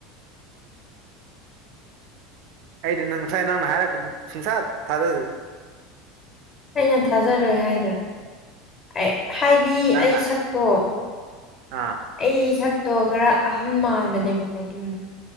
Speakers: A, on the right (about 55°); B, on the left (about 35°).
A: ꯑꯩꯗꯤ ꯅꯪ ꯉꯁꯥꯏ ꯅꯪꯅ ꯍꯥꯏꯔꯛꯄꯗ ꯁꯨꯡꯁꯥ ꯊꯥꯖꯒꯦ
B: ꯑꯩꯅ ꯊꯥꯖꯔꯣꯏ ꯍꯥꯏꯗꯅ ꯍꯥꯏꯗꯤ
A: ꯅꯪꯅ
B: ꯑꯩ ꯁꯛꯇꯣ
A: ꯑꯥ
B: ꯑꯩ ꯁꯛꯇꯣ ꯈꯔ ꯑꯍꯟ ꯃꯥꯟꯕꯅꯦꯕꯀꯣ ꯑꯗꯨꯝ